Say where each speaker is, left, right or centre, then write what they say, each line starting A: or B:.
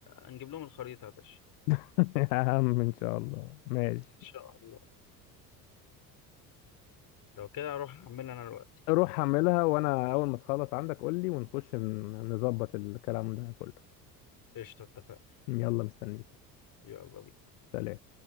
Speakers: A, on the left; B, on the left.
A: هنجيب لهم الخريطة يا باشا
B: <laughs> يا عم ان شاء الله ماشي
A: ان شاء الله لو كده اروح اعملها انا دلوقتي
B: روح حملها وانا اول ما تخلص عندك قول لي ونخش ن- نظبط الكلام ده كله
A: قشطة اتفقنا
B: يلا مستنيك
A: يلا بينا
B: سلام